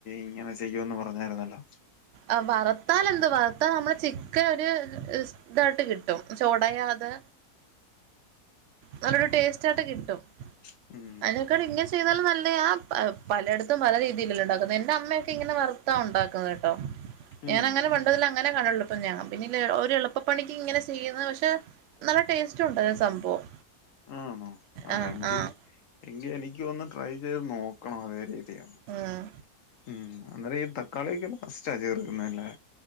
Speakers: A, on the left (about 60°); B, on the right (about 70°).
A: ഇങ്ങനെ ചെയ്യുന്ന് പറഞ്ഞായിരുന്നല്ലോ.
B: ആ വർത്താലെന്ത് വറർത്താൽ നമ്മളെ ചിക്കൻ ഒരു. ഇതായിട്ട് കിട്ടും ച് ഉടയാതെ. നല്ലൊരു ടേസ്റ്റായിട്ട് കിട്ടും.
A: ഉം ഉം
B: അയ്നെക്കാളും ഇങ്ങനെ ചെയ്താലും നല്ലയാ ആ പ പലയിടത്തും പല രീതിയിലെല്ലെ ഉണ്ടാക്കുന്നെ എന്റമ്മയൊക്കെ ഇങ്ങനെ വർ ട്ടാ ഉണ്ടാക്കുന്നത് ട്ടോ ഞാൻ
A: ഉം
B: അങ്ങനെ പണ്ടതിൽ അങ്ങനെ കാണൊള്ളു. ഇപ്പൊ ഞാ പിന്നെ ഒരു എളുപ്പപണിക്ക് ഇങ്ങനെ ചെയ്യുന്നു പക്ഷെ. നല്ല ടേസ്റ്റുണ്ട് അഹ് സംഭവം.
A: ആണോ ആ
B: ആഹ്
A: എങ്കി
B: ആഹ്
A: എങ്കി എനിക്കൊന്ന് ട്രൈ ചെയ്ത് നോക്കണം അതരെ.
B: ഉം
A: ഉം അന്നേരം ഈ തക്കാളിയൊക്കെ ലാസ്റ്റാ ചേർക്കുന്ന്ല്ലേ.